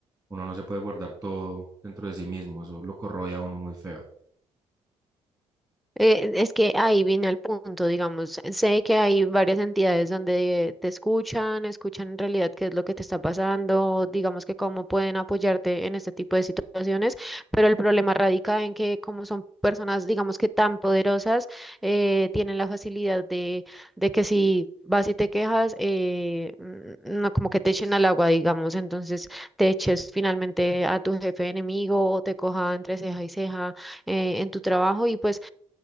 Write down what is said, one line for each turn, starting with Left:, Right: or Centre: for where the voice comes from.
Right: uno no se puede guardar todo dentro de sí mismo, eso lo corroe a uno muy feo.
Centre: Eh, es que ahí viene el punto, digamos, sé que hay varias entidades donde te escuchan, escuchan en realidad qué es lo que te está pasando, digamos que cómo pueden apoyarte en este tipo de situaciones, pero el problema radica en que como son personas, digamos que tan poderosas, eh, tienen la facilidad de, de que si vas y te quejas, eh, n- no como que te echen al agua, digamos, entonces te eches finalmente a tu jefe enemigo o te coja entre ceja y ceja eh, en tu trabajo y pues